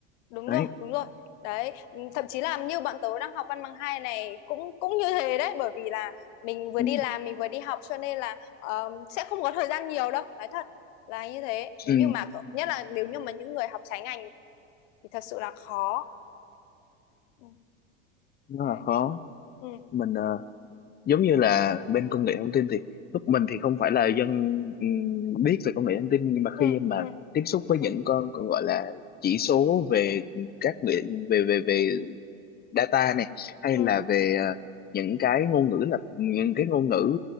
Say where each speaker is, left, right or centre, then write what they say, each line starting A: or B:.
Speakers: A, on the left (about 65°); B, on the left (about 25°).
A: Đúng
B: đấy
A: rồi, đúng rồi. Đấy, ừ, thậm chí là như bọn tớ đang học văn bằng hai này cũng cũng như thế đấy, bởi vì là mình vừa
B: ừ,
A: đi làm mình vừa đi học cho nên là ờm, sẽ không có thời gian nhiều đâu, nói thật là như thế. Nếu
B: ừ,
A: như mà cậu- nhất là nếu như mà những người học trái ngành thì thật sự là khó. Ừ,
B: nó
A: Đấy.
B: là khó
A: Ừ,
B: mình ờ, giống như là bên công nghệ thông tin thì lúc mình thì không phải là dân ừm, biết về công nghệ thông tin nhưng mà
A: ừ,
B: khi mà
A: ừ,
B: tiếp xúc với
A: ừ,
B: những con còn gọi là chỉ số về các nghệ- về về về data này hay
A: ừ,
B: là về ờ, những cái ngôn ngữ là những cái ngôn ngữ